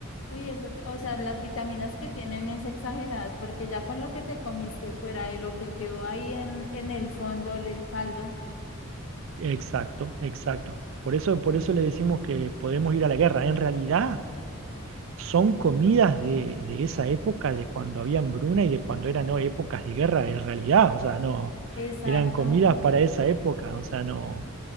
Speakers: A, on the left (about 70°); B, on the right (about 65°).
A: Uy, eso, te- o sea, las vitaminas que tienen es exageradas, porque ya con lo que te comiste fuera de lo que quedó ahí en, en el fondo, el, el caldo.
B: Exacto, exacto. Por eso, por eso le decimos que podemos ir a la guerra. En realidad son comidas de, de esa época, de cuando había hambruna y de cuando eran no, épocas de guerra, en realidad. O sea, no,
A: Exacto.
B: eran comidas para esa época. O sea, no,